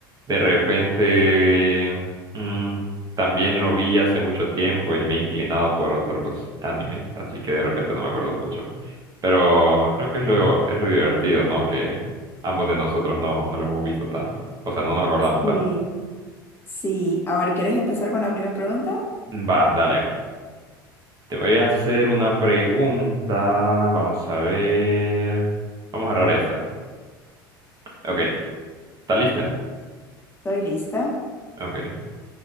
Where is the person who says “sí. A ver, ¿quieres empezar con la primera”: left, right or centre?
Left